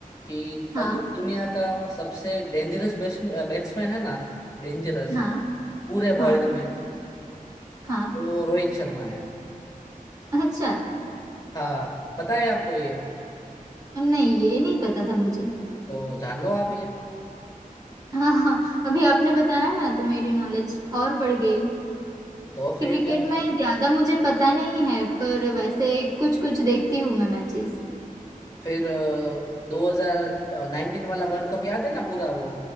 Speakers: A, on the left; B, on the right.
A: कि
B: हाँ
A: अगर दुनिया का सबसे डेंजरस बैट्समैन है ना डेंजरस
B: हाँ
A: पूरे
B: हाँ
A: वर्ल्ड
B: हाँ
A: में
B: हाँ
A: वो रोहित शर्मा है
B: अच्छा
A: हाँ पता है आपको ये
B: नहीं ये नहीं पता था मुझे
A: तो जान लो आप ये
B: हाँ हाँ अभी आपने बताया ना तो मेरी नॉलेज और बढ़ गई
A: तो
B: क्रिकेट
A: फिर यार
B: में ज्यादा मुझे पता नहीं है पर वैसे कुछ कुछ देखती हूँ मैं मैचेस
A: फिर दो हजार नाइनटीन वाला वर्ल्ड कप याद है ना पूरा वो